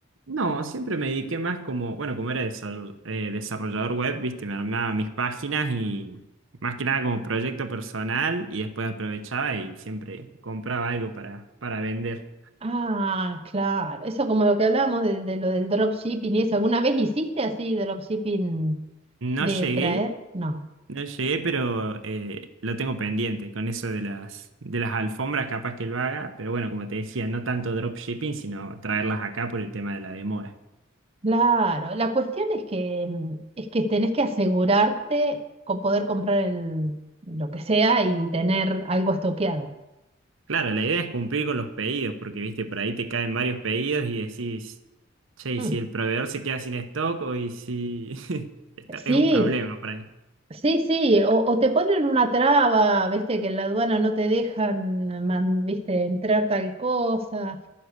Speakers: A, on the right; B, on the right.
A: No, siempre me dediqué más como, bueno, como era desarroll- eh, desarrollador web, viste, me armaba mis páginas y más que nada como proyecto personal y después aprovechaba y siempre compraba algo para, para vender.
B: Ah, claro. Eso como lo que hablábamos de, de lo del dropshipping y eso. ¿Alguna vez hiciste así dropshipping
A: No
B: de
A: llegué
B: traer? No.
A: No llegué, pero eh, lo tengo pendiente con eso de las, de las alfombras, capaz que lo haga, pero bueno, como te decía, no tanto dropshipping, sino traerlas acá por el tema de la demora.
B: Claro. La cuestión es que, mm, es que tenés que asegurarte con poder comprar el- lo que sea y tener algo estoqueado.
A: Claro, la idea es cumplir con los pedidos, porque viste, por ahí te caen varios pedidos y decís, che, y
B: Mm.
A: si el proveedor se queda sin stock o y si <laughs> Está-
B: Sí,
A: es un problema por ahí.
B: Sí, sí, o, o te ponen una traba, viste, que en la aduana no te dejan, man- viste, entrar tal cosa,